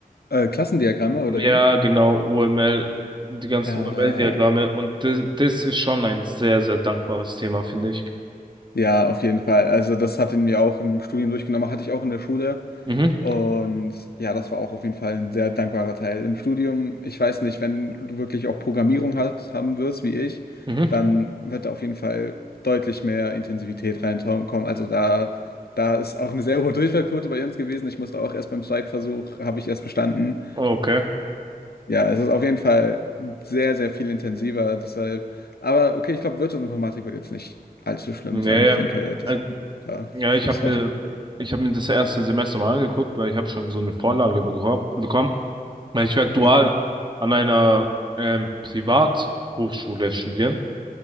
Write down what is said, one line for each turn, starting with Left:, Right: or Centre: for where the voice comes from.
Left: äh, Klassendiagramme oder
Right: ja,
Left: wie?
Right: genau, UML, die ganzen
Left: Ja,
Right: UML-Diagramme. Und das, das ist schon ein sehr, sehr dankbares Thema, finde ich.
Left: ja, auf jeden Fall. Also das hat ihn mir auch im Studium durchgenommen, hatte ich auch in der Schule.
Right: Mhm,
Left: Und ja, das war auch auf jeden Fall ein sehr dankbarer Teil. Im Studium, ich weiß nicht, wenn du wirklich auch Programmierung hat, haben wirst, wie ich,
Right: mhm.
Left: dann wird da auf jeden Fall deutlich mehr Intensivität reinkommen. Also da, da ist auch eine sehr hohe Durchfallquote bei uns gewesen. Ich musste auch erst beim Zweitversuch, habe ich erst bestanden.
Right: Okay.
Left: Ja, es ist auf jeden Fall sehr, sehr viel intensiver, deshalb. Aber okay, ich glaube, Wirtschaftsinformatik wird jetzt nicht allzu schlimm
Right: Nee,
Left: sein. Ich denke, das
Right: äh,
Left: ist ja,
Right: Ja, ich
Left: gutes
Right: habe
Left: Fach.
Right: mir, ich habe mir das erste Semester mal angeguckt, weil ich habe schon so eine Vorlage beko- bekommen. Weil ich werde dual
Left: Okay.
Right: an einer ähm, Privathochschule studieren.